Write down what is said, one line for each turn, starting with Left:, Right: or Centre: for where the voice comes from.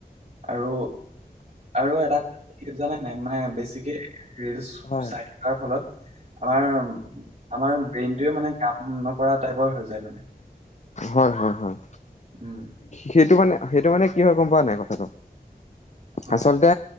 Right: আৰু আৰু এটা কথা কি জানেনে নাই মানে বেছিকে ৰিলচ
Left: হয়
Right: চাই থকাৰ ফলত আমাৰ আমাৰ ব্ৰেইনটোয়ে মানে কাম নকৰা টাইপৰ হৈ যায় মানে।
Left: হয়, হয়, হয়,
Right: উম
Left: সেইটো মানে সেইটো মানে কি হয় গম পোৱা নাই কথাটো
Right: হয়
Left: আচলতে